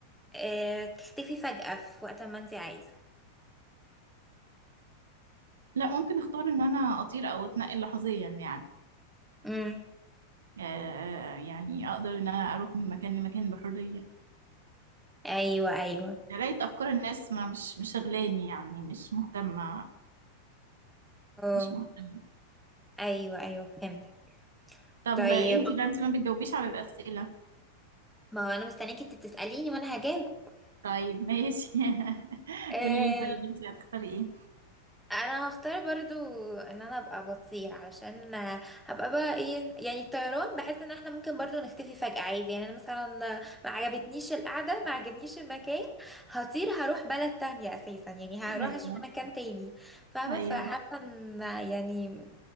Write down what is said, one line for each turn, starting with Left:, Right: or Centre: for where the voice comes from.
Centre: آه تختفي فجأة في وقت ما انت عايزة
Right: لا ممكن اختار ان انا اطير او اتنقل لحظيا يعني
Centre: امم
Right: آه، يعني اقدر ان انا اروح من مكان لمكان بحرية
Centre: ايوه ايوه
Right: قراية أفكار الناس ما مش مش شغلاني يعني مش مهتمة
Centre: اه
Right: مش مهتمة
Centre: ايوه ايوه فهمت
Right: طب
Centre: طيب
Right: انتي بقى انتي ما بتجاوبيش على الأسئلة
Centre: ما هو انا مستنيك انت تسأليني وانا هجاوب
Right: طيب ماشي <laughs>
Centre: <laughs> آم،
Right: قولي لي طيب انتي هتختاري ايه
Centre: انا هختار برضو ان انا ابقى بطير علشان هبقى بقى ايه يعني الطيران بحس ان احنا ممكن برضو نختفي فجأة عادي يعني انا مثلا ما عجبتنيش القعدة ما عجبنيش المكان هطير هروح بلد تانية اساسا يعني هروح
Right: ايوه
Centre: اشوف مكان تاني فاهمة
Right: ايوه
Centre: فحاسة ان يعني